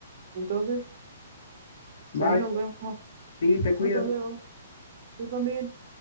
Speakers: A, on the right; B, on the left.
A: entonces,
B: Bye,
A: pues ahí nos vemos,
B: sí, te cuidas.
A: hasta luego, tú también.